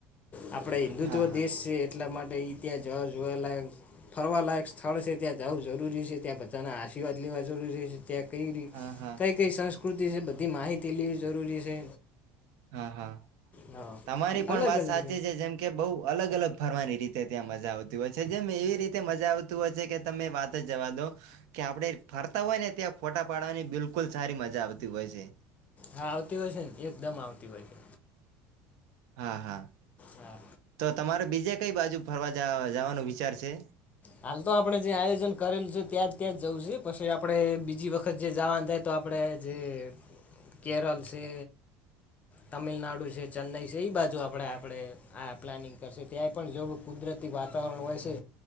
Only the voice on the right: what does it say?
હા હા
હા હા
હા હા
તમારી પણ
વાત
સાચી છે, જેમ કે બહુ અલગ અલગ ફરવાની રીતે ત્યાં મજા આવતી હોય છે જેમ એવી રીતે મજા આવતી હોય છે કે તમે વાત જ જવા દો કે આપણે ફરતા હોય ને ત્યાં ફોટા પાડવાની બિલકુલ સારી મજા આવતી હોય છે.
હા હા.
તો તમારે બીજે કઈ બાજુ ફરવા જવાનો વિચાર છે.
<inaudible>